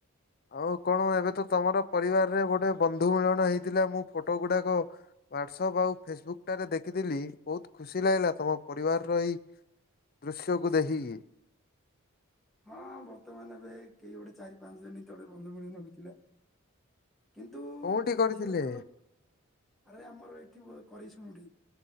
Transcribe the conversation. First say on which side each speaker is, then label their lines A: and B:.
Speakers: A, on the left; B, in the centre.
A: ଆଉ କଣ ଏବେ ତ ତମର ପରିବାରରେ ଗୋଟେ ବନ୍ଧୁ ମିଳନ ହେଇଥିଲା ମୁଁ ଫଟୋ ଗୁଡାକ ହ୍ୱାଟସଆପ୍ ଆଉ ଫେସବୁକଟାରେ ଦେଖିଥିଲି ବୋହୁତ ଖୁସି ଲାଗିଲା ତମ ପରିବାରର ଏହି ଦୃଶ୍ୟକୁ ଦେଖିକି।
B: ହଁ ବର୍ତ୍ତମାନ ଏବେ କେହି ଗୋଟେ ଚାରି ପାଞ୍ଚ ଦିନି ତଳେ ବନ୍ଧୁ ମିଳନ ହୋଇଥିଲା। କିନ୍ତୁ
A: କୋଉଠି କରିଥିଲେ?
B: ଝିଅ ଘର ଲୋ ଆରେ ଆମର ଏଇଠି ବୋ କରି ଶୁଣୁଠି